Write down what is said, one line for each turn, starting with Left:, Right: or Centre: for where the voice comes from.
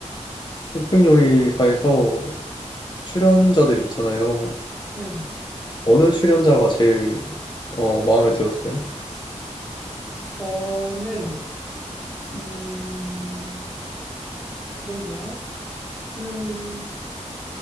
Left: 흑백요리사에서 출연자들 있잖아요.
Centre: 네.
Left: 어느 출연자가 제일 어, 마음에 들었어요?
Centre: 저는, 음, 그러게요. 저는